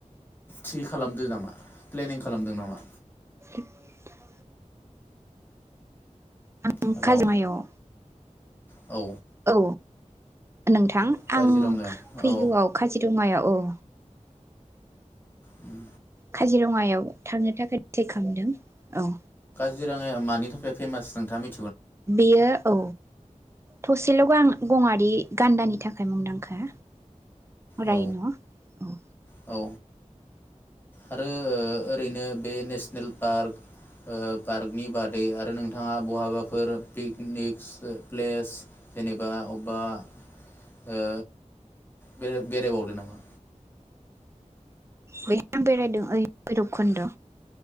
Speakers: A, on the left; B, on the right.
A: थि खालामदो नामा प्लेनिं खालामदों नामा?
B: <inaudible> आं
A: हेलौ
B: खाजुमायाव।
A: औ।
B: औ। नोंथां
A: काजिरङायाव
B: आं फैगौआव
A: औ
B: खाजिरङायाव। अ।
A: उम।
B: खाजिरङायाव थांनो थाखाय थि खालामदों अ।
A: जि राङाया मानि थाखाय फेमास नोंथां मि
B: बेयो औ थसेल' गां। गङारि गान्दानि थाखाय मुंदांखा रायन'
A: औ
B: औ।
A: औ। आरो ओ ओरैनो बे नेसनेल पार्क ओ पार्कनि बादै आरो नोंथाङा बहाबाफोर पिकनिकस प्लेस जेनेबा अबेबा ओ बेरा बेरायबावदो नामा?
B: बैहा आं बेरायदों ओइ भैरबखुन्द'।